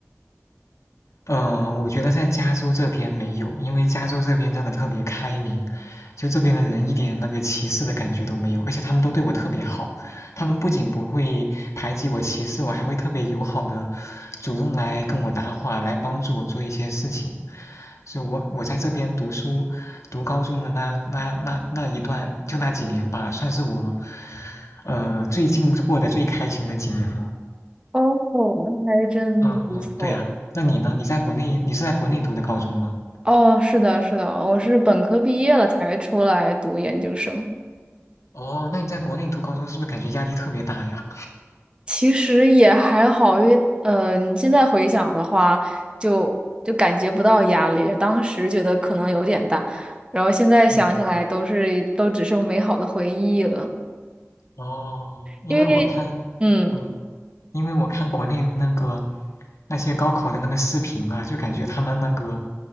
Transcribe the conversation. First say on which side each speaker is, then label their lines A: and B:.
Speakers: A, on the left; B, on the right.
A: 嗯、呃我觉得在加州这边没有，因为加州这边真的特别开明，就这边的人一点那个歧视的感觉都没有，而且他们都对我特别好，他们不仅不会排挤我、歧视我，还会特别友好的主动来跟我搭话，来帮助我做一些事情。所以我我在这边读书，读高中的那那那那一段，就那几年吧，算是我，呃，最近过得最开心的几年了。
B: 哦，那还真的不错。
A: 嗯。嗯，对呀，那你呢？你在国内，你是在国内读的高中吗？
B: 哦，是的，是的，我是本科毕业了才出来读研究生。
A: 哦，那你在国内读高中是不是感觉压力特别大呀？
B: 其实也还好，因为呃，你现在回想的话，就就感觉不到压力。当时觉得可能有点大，然后现在想起来都是都只剩美好的回忆了。
A: 嗯，哦，因为我看，
B: 因为，嗯，
A: 嗯，因为我看国内那个那些高考的那个视频啊，就感觉他们那个